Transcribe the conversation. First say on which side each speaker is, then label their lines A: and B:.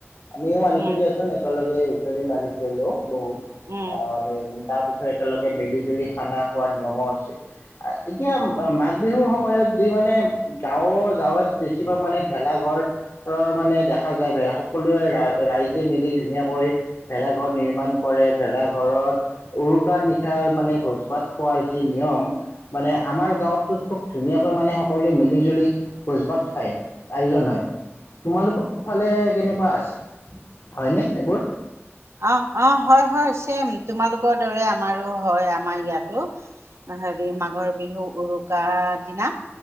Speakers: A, on the left (about 60°); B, on the right (about 75°).
A: আমিও মাৰিছো
B: উম
A: দিয়াচোন একেলগে হুঁচৰি মাৰিছেলো বহুত
B: উম
A: আহ তাৰপিছত একেলগে মিলি জুলি খানা খোৱাৰ নিয়মো আছে। এতিয়া মাঘ বিহুৰ সময়ত যি মানে গাঁৱৰ গাঁৱত বেছিভাগ মানে ভেলা ঘৰ ৰ মানে দেখা যায় ভেলা সকলোৱে ৰাইজে মিলি ধুনীয়াকৈ ভেলাঘৰ নিৰ্মাণ কৰে। ভেলা ঘৰত উৰুকাৰ নিশাৰ মানে ভোজ ভাত খোৱাৰ যি নিয়ম। মানে আমাৰ গাঁৱ খুব ধুনীয়াকৈ মানে সকলোৱে মিলি জুলি ভোজ ভাত খায় আয়োজন হয়। তোমালোকৰ ফালে কেনেকুৱা আছে হয়নে এইবোৰ।
B: অ অ হয় হয় ছেম তোমালোকৰ দৰে আমাৰো হয় আমাৰ ইয়াতো হেৰি মাঘৰ বিহু উৰুকা দিনা।